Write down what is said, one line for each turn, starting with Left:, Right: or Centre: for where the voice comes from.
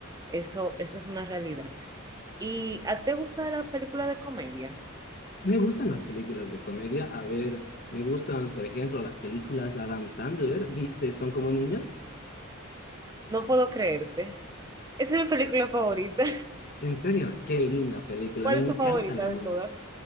Right: Eso, eso es una realidad. ¿Y a ti te gusta la película de comedia?
Left: Me gustan las películas de comedia. A ver, me gustan, por ejemplo, las películas de Adam Sandler. ¿Viste? Son como niños.
Right: No puedo creerte. Esa es mi película favorita.
Left: En serio, qué linda película.
Right: ¿Cuál
Left: Me encanta
Right: es tu favorita
Left: la
Right: de
Left: uno.
Right: todas?